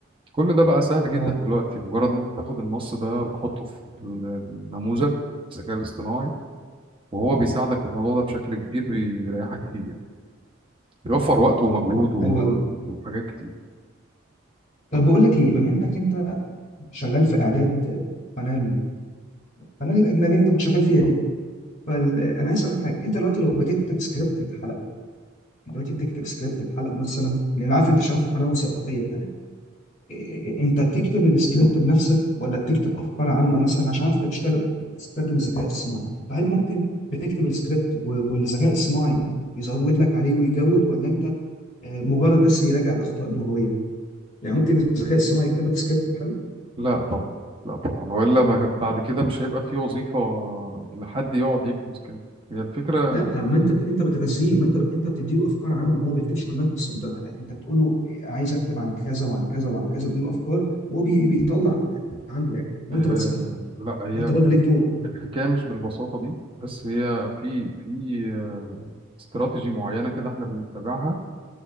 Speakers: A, on the right; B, on the left.
A: كل ده بقى سهل
B: اه
A: جدا دلوقتي مجرد انت بتاخد النص ده وتحطه في النموذج الذكاء الاصطناعي وهو بيساعدك في الموضوع ده بشكل كبير بي- بيريحك كتير بيوفر وقت ومجهود و-
B: حلو قوي
A: وحاجات كتير
B: طب بقول لك ايه بما انك انت شغال في اعداد قناه القناه الاجنبيه اللي انت كنت شغال فيها دي فانا عايز اسالك حاجه انت دلوقتي لو بتكتب سكريبت الحلقه دلوقتي بتكتب سكريبت الحلقه مثلا لان عارف انت شغال في قناه وثائقيه كمان إيه- انت بتكتب السكريبت بنفسك ولا بتكتب افكار عامه مثلا عشان عارف انت بتشتغل بتستخدم الذكاء الصناعي فهل ممكن بتكتب السكريبت و- والذكاء الصناعي يزود لك عليه ويجود ولا انت آه، مجرد بس يراجع الاخطاء اللغويه يعني ممكن الذكاء الصناعي يكتب لك سكريبت بحاله
A: لا طبعا لا طبعا والا ما ك- بعد كده مش هيبقى في وظيفة لحد يقعد يكتب سكريبت هي الفكرة
B: لا
A: إن-
B: ما انت انت بتغذيه ما انت انت بتدي له افكار عامه هو ما بيكتبش من نفسه انت انت بتقول له عايز اكتب عن كذا وعن كذا وعن كذا بتدي له افكار وهو بي... بيطلع عنده يعني وانت
A: آه
B: بتصحح له.
A: لا هي
B: انت
A: الح-
B: برضو ليك دور
A: الحكاية مش بالبساطة دي بس هي في في آه، استراتيجي معينة كده احنا بنتبعها